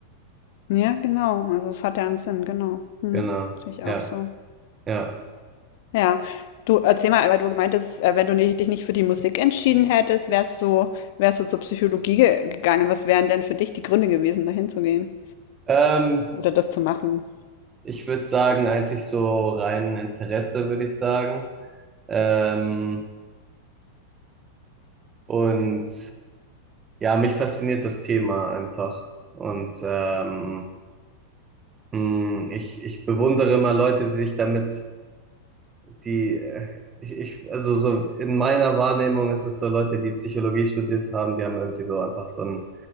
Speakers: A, on the left; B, on the right.
A: Ja, genau, also es hat ja einen Sinn, genau. Mhm.
B: Genau.
A: Sehe ich
B: Ja,
A: auch so.
B: ja.
A: Ja, du erzähl mal, weil du gemeint hast, äh, wenn du nicht, dich nicht für die Musik entschieden hättest, wärst du, wärst du zur Psychologie ge gegangen. Was wären denn für dich die Gründe gewesen, dahin zu gehen
B: Ähm,
A: oder das zu machen?
B: ich würde sagen, eigentlich so rein Interesse, würde ich sagen. Ähm, und Ja, mich fasziniert das Thema einfach. Und ähm, mh, ich, ich bewundere immer Leute, die sich damit, die, äh, ich, ich, also so in meiner Wahrnehmung ist es so Leute, die Psychologie studiert haben, die haben irgendwie so einfach so einen,